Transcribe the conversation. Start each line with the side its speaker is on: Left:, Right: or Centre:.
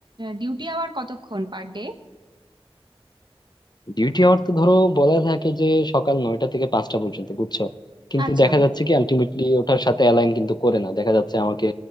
Right: ডিউটি আওয়ার কতক্ষণ পার ডে
Left: ডিউটি আওয়ার তো ধরো বলা থাকে যে সকাল নয়টা থেকে পাঁচটা পর্যন্ত বুঝছো কিন্তু
Right: আচ্ছা
Left: দেখা যাচ্ছে কি আলটিমেটলি ওটার সাথে অ্যালাইন কিন্তু করে না দেখা যাচ্ছে আমাকে